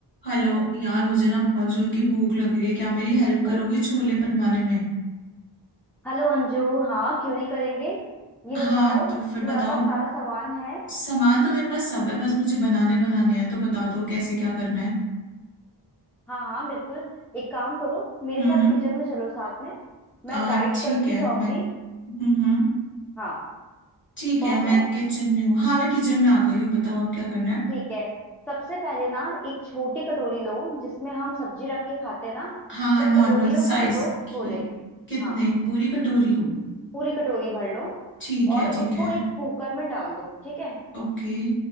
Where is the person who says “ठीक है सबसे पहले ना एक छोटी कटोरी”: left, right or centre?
Centre